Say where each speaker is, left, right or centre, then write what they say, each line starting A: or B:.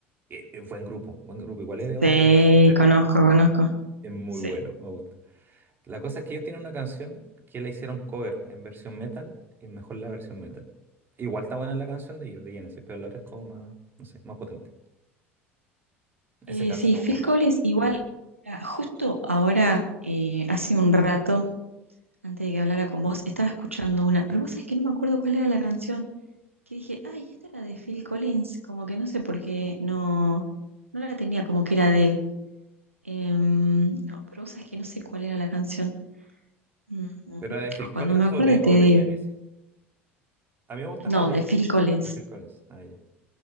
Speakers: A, on the right (about 30°); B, on the right (about 85°).
A: Eh, eh, buen grupo, buen grupo. Igual es de ocho,
B: Sí,
A: es ochentero.
B: conozco, conozco.
A: Es muy
B: Sí.
A: bueno, me gusta. La cosa es que ellos tienen una canción que la hicieron cover en versión metal y es mejor la versión metal. Igual está buena la canción de ellos, de Genesis, pero la otra es como más, no sé, más potente. En
B: Eh,
A: ese caso
B: sí,
A: se me
B: Phil
A: ocurre.
B: Collins igual, mira, justo ahora, eh, hace un rato, antes de que hablara con vos, estaba escuchando una, pero vos sabés que no me acuerdo cuál era la canción. que dije, ay, esta era de Phil Collins, como que no sé por qué no, no la tenía como que era de él. Em, no, pero vos sabés que no sé cuál era la canción. Mm, mm,
A: ¿Pero la de Phil Collins
B: Cuando me acuerde
A: o de,
B: te
A: o
B: digo.
A: de Genesis? A mí me gusta
B: No,
A: más de,
B: de Phil Collins.
A: de Phil Collins. Ah, ya.